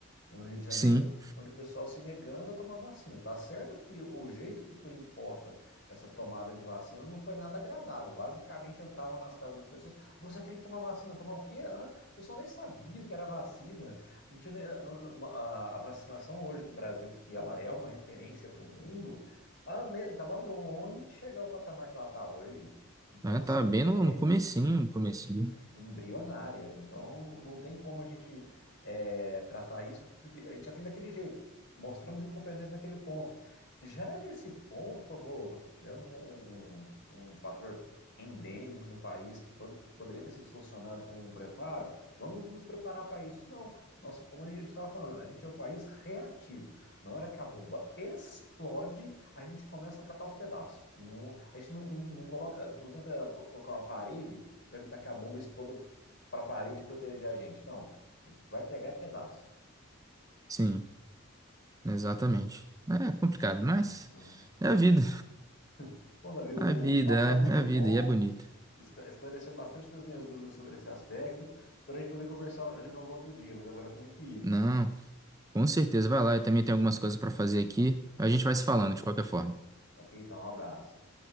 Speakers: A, on the left (about 55°); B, on the right (about 15°).
A: né, no Rio de Janeiro,
B: sim,
A: onde o pessoal se negando a tomar vacina. Tá certo que o jeito que foi imposta essa tomada de vacina não foi nada agradável. Basicamente entravam nas casas das pessoas, você tem que tomar vacina, tomar o quê? Hã? O pessoal nem sabia o que era vacina. Não tinha, nem- não- não- a, a vacinação hoje do Brasil, que ela é uma referência para o mundo, ela estava longe de chegar ao patamar que ela está hoje. Então,
B: Ah,
A: assim,
B: tá bem no,
A: é,
B: no comecinho, no comecinho.
A: embrionária. Então, não tem como a gente é, tratar isso, porque a gente já tem daquele jeito. Mostramos incompetência naquele ponto. Já nesse ponto, falou, "Oh, nós tivemos um, um- um um fator endêmico no país que pod- que poderia ter sido solucionado com um preparo, vamos nos preparar para isso. Não, nossa, como a gente estava falando, a gente é um país reativo. Na hora que a bomba explode, a gente começa a catar os pedaços. Não- a gente não, não, não coloca, não tenta co- colocar uma parede vai evitar que a bomba exploda para a parede e proteger a gente. Não. A gente vai pegar pedaço.
B: Sim, exatamente. É complicado, mas
A: Ah,
B: é a vida,
A: porra. Bom, Davi, o
B: é a vida,
A: papo está muito
B: é é a
A: bom.
B: vida e é bonita.
A: escla- Esclareceu bastante das minhas dúvidas sobre esse aspecto. Espero a gente poder conversar de novo um outro dia, mas agora eu tenho que ir.
B: Não. Com certeza, vai lá. Eu também tenho algumas coisas para fazer aqui. A gente vai se falando de qualquer forma.
A: Ok, então, um abraço.